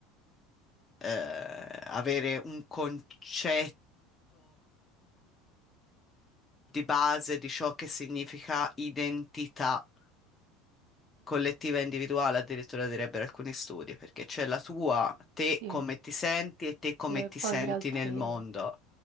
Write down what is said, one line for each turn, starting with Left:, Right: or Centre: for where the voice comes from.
Left: eh, avere un concetto di base di ciò che significa identità collettiva e individuale, addirittura direbbero alcuni studi, perché c'è la tua, te
Right: Sì,
Left: come ti senti e te come
Right: sì, e
Left: ti
Right: poi
Left: senti
Right: gli altri,
Left: nel mondo.